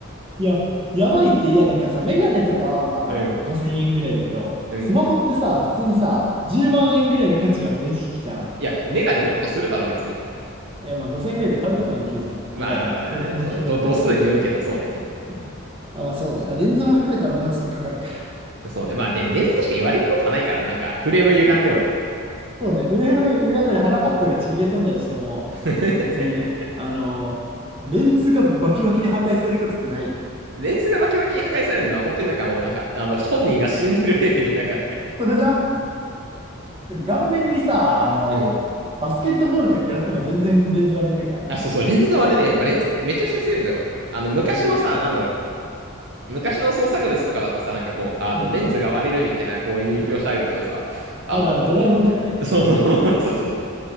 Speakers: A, on the right; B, on the right.
A: いや、やばいって、いや、なんかさ、メガネとかはまだ5000円ぐらいだけど、
B: うん、うん。
A: スマホってさ、普通にさ、10万円ぐらいの価値がある電子機器じゃん。
B: いや、メガネもっとするだろ、別に。
A: いや、まあ5000円ぐらいで買うこともできるじゃん。
B: まあ、
A: メガネ。相当な機能のもの。
B: そうね。ど度数によるけど、そうね。
A: うんあ、まあそうね。あレンズも含めたらもうちょっとかかるか。
B: そうね。まあ、で、レンズ確かに割れることはないから、なんか、フレーム歪んでも。
A: そうね。フレーム歪んだり、鼻パッドがちぎれ飛んだりしても、
B: <laughs>
A: 別に、あの、レンズがバキバキに破壊されることってない。
B: レンズがバキバキに破壊されるのは、本当になんかもう、なんか、あの、本人が死んでるレベルだから。
A: それだ。顔面にさ、あの、
B: うん。
A: バスケットボールとか食らっても全然レンズ割れねえからな。
B: あ、そうそう、レンズの割れね。やっぱレンズめちゃくちゃ強いんだろうね。あの、昔のさ、
A: うん。
B: なんだろう。昔の創作物とかだとさ、なんかこう、あの、
A: うん
B: レンズが割れるみたいな、こういう描写あるけどさ、あの、
A: あるある、ドラえもんとかね。
B: そうそう <laughs> そうそう。